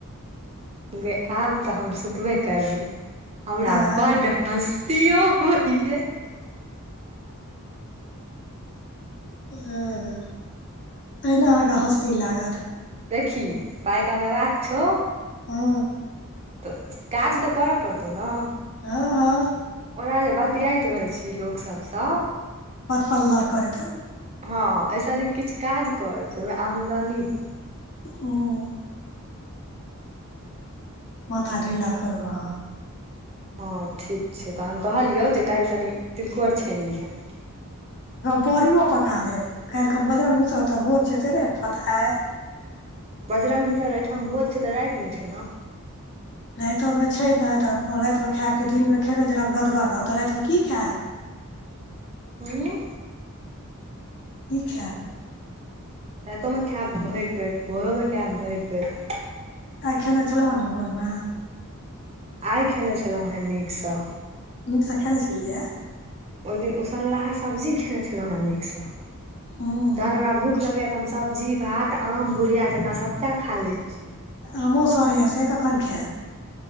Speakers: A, on the right; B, on the left.
A: गै आब तऽ हम सुतबे करबै हमरा
B: आँ
A: बड्ड हँसीयो लागैये।
B: ओएं अहिना अहाँके हँस्सी लागथ।
A: देखही पाइ कमेबाक छौ
B: हँ।
A: त काज त करऽ पड़तौ न।
B: हँ हँ।
A: ओना जे बतियाइत रहै छीही लोकसब सँ
B: पत फल्लर करैत रहू।
A: हँ अय स नीक किछ काज कर जे ओमे आमदनी होय।
B: हूँ। माथा ढ़ील्ला करू अहाँ।
A: हँ ठीक छै तहन कहलियौ जे काल्हि कनि तिलकोर छानि लिहें।
B: बड़ियो पका देब काल्हि खन बजरंग मीसर ओतऽ भोज छियै से नै अहाँके पता अय।
A: बजरंग मीसर एहिठाम भोज छै तऽ रातिमे छै न।
B: राइतो मे छै ने त रातिमे खायब कि दिनमे खेने जे रहब गदगर रहब तऽ रातिमे की खायब।
A: हूं।
B: की खेएब।
A: राइतो में खेएब भैर पेट भोरो में खेएब भैर पेट।
B: आइ खेने छलौं हें न भोर मे?
A: आइ खेने छलौं हे नीक सँ।
B: नीक सँ खेने छलियैए।
A: ओइ दिन उसनलहा सब्जी खेने छलहुं हे नीक सँ
B: हूँ
A: तहन हमरा भूख लगैये त त हम सब्जी, भात, आम बुुढ़िया जकाँ सभटा खा लै छी।
B: आमो सड़ैये से
A: हँ
B: कखन खेएब?